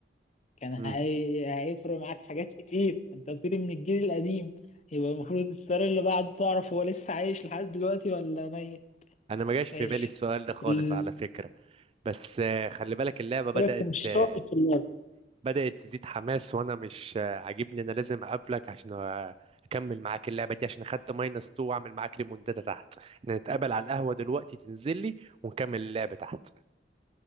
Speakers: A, on the left; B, on the right.
A: كان
B: امم
A: هي... هيفرق معاك حاجات كتير انت قلت لي من الجيل القديم يبقى المفروض السؤال اللي بعده تعرف هو لسه عايش لحد دلوقتي ولا ميت
B: انا ما جاش في
A: ماشي
B: بالي السؤال ده خالص
A: ال...
B: على فكره بس آه، خلي بالك اللعبه بدات
A: قلت لك مش
B: آه،
A: شاطر في اللعبه
B: بدات تزيد حماس وانا مش آه، عاجبني انا لازم اقابلك عشان آه، اكمل معاك اللعبه دي عشان خدت ماينس 2 واعمل معاك ليموندادا تحت احنا نتقابل على القهوه دلوقتي تنزل لي ونكمل اللعبه تحت